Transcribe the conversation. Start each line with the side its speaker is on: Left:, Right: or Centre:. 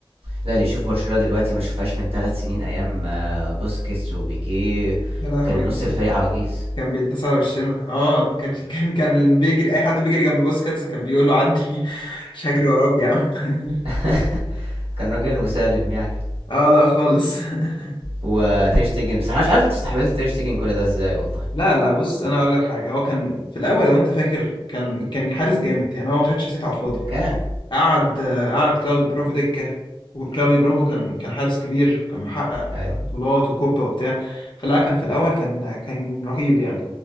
Right: لا اللي يشوف برشلونة دلوقتي ما شوفهاش من ثلاث سنين ايام آه، بوسكيتس وبيكيه
Left: يا لهوي
Right: كان نص
Left: كان
Right: الفريق عواجيز
Left: كان بيتداس على وشنا اه ما كانش <laughs> كان كان بيجري اي حد بيجري جنب بوسكاتس كان بيقول له عدي <laughs> مش هجري وراك يا عم
Right: <laughs> كان راجل مسالم يعني
Left: <laughs> اه لا خالص <laughs>
Right: وتير شتيجن بس انا مش عارف انتوا استحملتوا تير شتيجن كل ده ازاي والله
Left: لا لا بص انا اقول لك حاجه هو كان في الاول لو انت فاكر كان كان حارس جامد يعني هو ما خدش سيت على الفاضي
Right: كان
Left: قعد آه، قعد كلاودي برافو دكه وكلاودي برافو كان كان حارس كبير وكان محقق
Right: ايوه
Left: بطولات وكوبا وبتاع فلا كان في الاول كان كان رهيب يعني